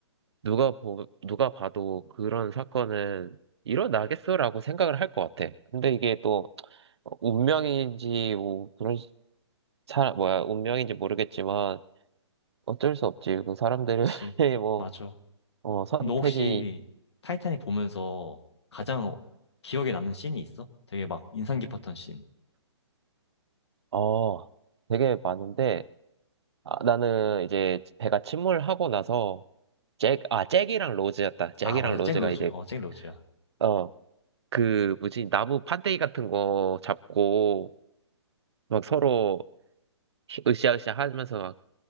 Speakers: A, on the right; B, on the left.
A: 누가 보, 누가 봐도 그런 사건은 일어나겠어라고 생각을 할 것 같아. 근데 이게 또, 운명인지, 뭐, 그런, 사, 뭐야, 운명인지 모르겠지만, 어쩔 수 없지. 그 사람들의,
B: 그치.
A: <laughs> 뭐,
B: 맞아.
A: 어, 선택이,
B: 그럼 너 혹시 타이타닉 보면서 가장 기억에 남는 씬이 있어? 되게 막 인상 깊었던 씬.
A: 어, 되게 많은데, 아, 나는 이제 배가 침몰하고 나서, 잭, 아, 잭이랑 로즈였다. 잭이랑
B: 아, 맞아.
A: 로즈가
B: 잭 로즈.
A: 이제,
B: 어, 잭 로즈야.
A: 어, 그, 뭐지, 나무 판때기 같은 거 잡고, 막 서로, 으쌰으쌰 하면서 막